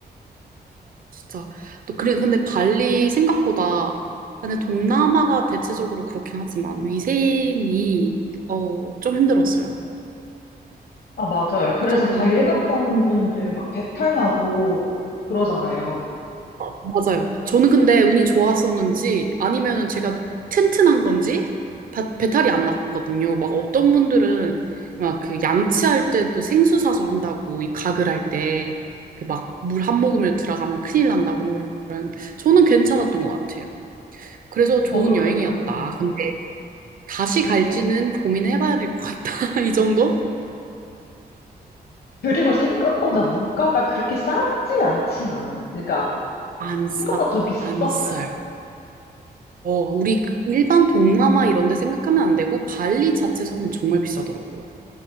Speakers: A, on the right; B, on the left.
A: 진짜 또 그래 근데 발리 생각보다 근데 동남아가 대체적으로 그렇긴 하지만 위생이 어 좀 힘들었어요.
B: 아, 맞아요. 그래서
A: 좀
B: 발리 갔다 온 분들 막 배탈 나고 그러잖아요.
A: 어, 맞아요. 저는 근데 운이 좋았었는지 아니면은 제가 튼튼한 건지 바- 배탈이 안 났거든요. 막 어떤 분들은 막 그 양치할 때도 생수 사서 한다고 이 가글 할 때 막 물 한 모금을 들어가면 큰일 난다고 막 이런 저는 괜찮았던 것 같아요. 그래서
B: 저도
A: 좋은
B: 그냥,
A: 여행이었다.
B: 음,
A: 다시 갈지는
B: 맞아요.
A: 고민해봐야 될 것 같다. <laughs> 이 정도?
B: 그리고 생각보다 물가가 그렇게 싸지 않진 않아요. 그러니까
A: 안 싸,
B: 생각보다 좀 비쌌어요.
A: 안 싸요. 어, 우리 그 일반 동남아 이런 데 생각하면 안 되고, 발리 자체 섬은 정말 비싸더라고요.